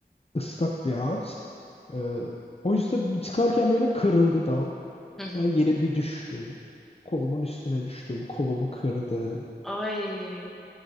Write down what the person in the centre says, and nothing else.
Hı hı.
Ay.